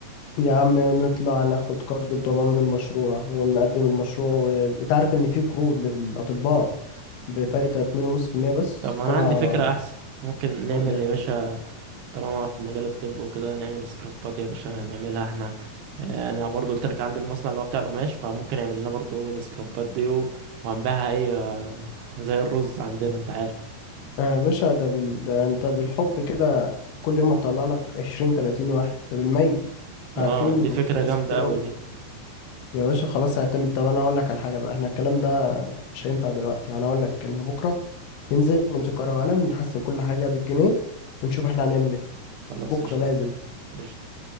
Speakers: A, on the left; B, on the right.
A: يا عم نطلع ناخد كارد بضمان المشروع ونقدم المشروع و- انت عارف ان في قروض للأطباء بفايدة 2.5% بس
B: طب ما
A: طالعة
B: انا عندي فكرة احسن ممكن نعمل
A: قول يا حبيبي
B: يا باشا طالما في مجال الطب وكده نعمل سكرابات يا باشا نعملها احنا آه، انا برضو قلت لك عندي المصنع اللي هو بتاع القماش فممكن يعمل لنا برضو السكرابات دي و- وهنبيعها ايه آه، زي الرز عندنا انت عارف
A: آه، يا باشا ده, بال... ده انت بالحب كده كل يوم هتطلع لك 20 30 واحد ده بالميت عارفين
B: اه دي فكرة
A: ناس
B: جامدة
A: كتير
B: قوي
A: أوي
B: دي
A: يا باشا خلاص اعتمد طب انا هقول لك على حاجه بقى احنا الكلام ده مش هينفع دلوقتي انا هقول لك ان بكره ننزل نمسك ورقه وقلم نحسب كل حاجه بالجنيه ونشوف احنا هنعمل ايه
B: خلاص
A: بكره
B: قشطة
A: لازم
B: قشطة